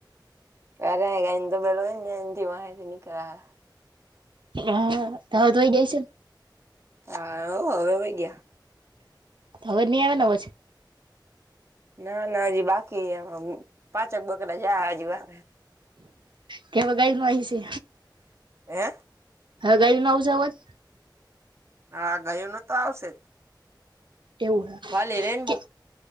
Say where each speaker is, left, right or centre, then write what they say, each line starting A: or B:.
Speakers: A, on the right (about 35°); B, on the right (about 85°).
A: ક્યારેય ગંદો બોઇલો હોય ને એનથી વાતેય ની કરા.
B: હા, હવે તોય ગઈ છે ન.
A: હા, હવે વઈ ગયા.
B: હવે ની આવે ને અવાજ.
A: ના, ના હજી બાકી એમાં પાચક બકલા જયા હજી વા
B: કે મગજમારી છે.
A: હેં!
B: હગાઈ મા આવું જાવોજ.
A: હા, ગાયો નુ તો આવશે જ.
B: એવું હે
A: વાલી રેનબો
B: કે